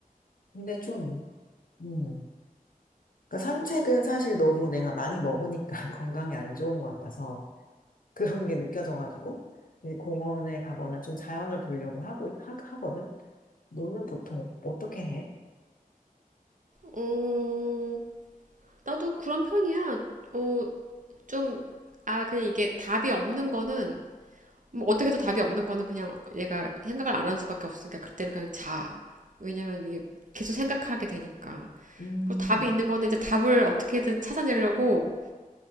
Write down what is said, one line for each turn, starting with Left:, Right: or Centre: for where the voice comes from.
Left: 근데 좀, 음. 그러니까 산책은 사실 너무 내가 많이 먹으니까 <laughs> 건강에 안 좋은 것 같아서 그런 게 느껴져가지고 이제 공원에 가거나 좀 자연을 보려고 하고 하, 하거든. 너는 보통 어떻게 해?
Right: 어, 나도 그런 편이야. 어, 좀, 아, 그냥 이게 답이 없는 거는, 뭐 어떻게 해도 답이 없는 거는 그냥 얘가 생각을 안 하는 수밖에 없으니까 그때는 그냥 자. 왜냐면 이게 계속 생각하게 되니까.
Left: 음,
Right: 그리고 답이 있는 거는 이제 답을 어떻게든 찾아내려고